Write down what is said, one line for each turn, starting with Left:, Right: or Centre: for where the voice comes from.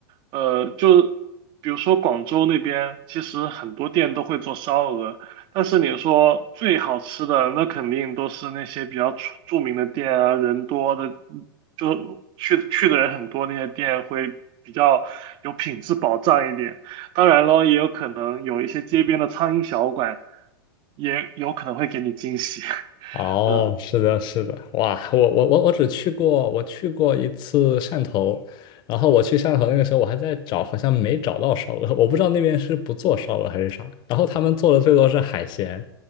Right: 呃，就比如说广州那边，其实很多店都会做烧鹅，但是你说最好吃的，那肯定都是那些比较出著名的店啊，人多的，嗯就去去的人很多那些店会比较有品质保障一点。当然咯，也有可能有一些街边的苍蝇小馆，也有可能会给你惊喜。<laughs>
Left: 哦，
Right: 嗯
Left: 是的，是的，哇，我我我我只去过，我去过一次汕头，然后我去汕头那个时候，我还在找，好像没找到烧鹅，我不知道那边是不做烧鹅还是啥，然后他们做的最多是海鲜，